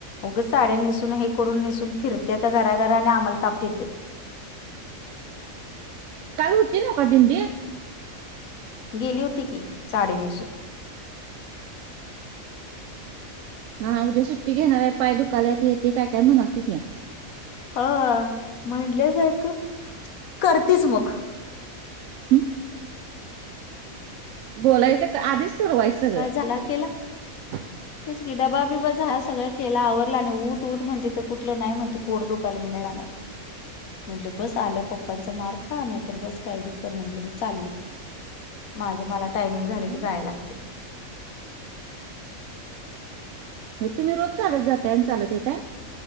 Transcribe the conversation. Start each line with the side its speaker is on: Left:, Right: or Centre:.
Left: उगं साड्या नेसून हे करून निेसून फिरत्यात गरागरा आणि आम्हाला ताप देतेत.
Right: काल होती नव का दिंडी?
Left: गेली होती की साडी नेसून.
Right: हा उद्या सुट्टी घेणारे. पाय दुखालाते काय काय म्हणाली ती की.
Left: हा म्हणटले सारख करतीच मग.
Right: हं? बोलायचं आधीच ठरवायच सगळं.
Left: फराल केल?
Right: ह <unintelligible>
Left: तेच की डबा बिबा झाला सगळा केल. आवरला आणि उट उठ म्हणते त कुठलं नाही म्हणते पोट दुखाली मी नाही जाणार.
Right: अ <unintelligible>
Left: म्हणलं बस आलेव पप्पांचा मार खा, नाही तर बस काही बी कर म्हणलं, मी चालली, माझं मला टायमिंग झाले की
Right: मग
Left: जाय लागते.
Right: हो, तुम्ही रोज चालत जाताय आणि चालत येताय?